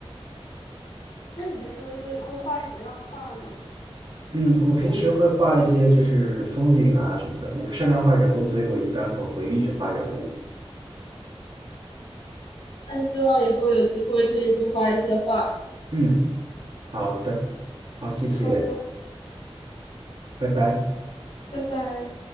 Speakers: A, on the left (about 90°); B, on the right (about 50°).
A: 那你平时都是会会画什么样的画呢？
B: 嗯，我平时会画一些就是风景啊什么的，我不擅长画人物，所以我一般很回避去画人物。
A: 那希望以后有机会可以多画一些画。
B: 嗯，好的，好，谢谢，
A: 好的，
B: 拜拜。
A: 拜拜。